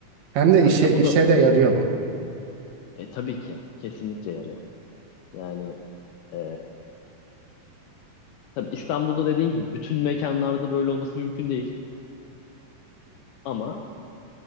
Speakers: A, on the right (about 65°); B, on the left (about 80°).
A: Hem de
B: Aslında
A: işe işe
B: bu da
A: de yarıyor bu.
B: e, tabii ki kesinlikle yarıyor. Yani e, tabii İstanbul'da dediğin gibi bütün mekanlarda böyle olması mümkün değil ama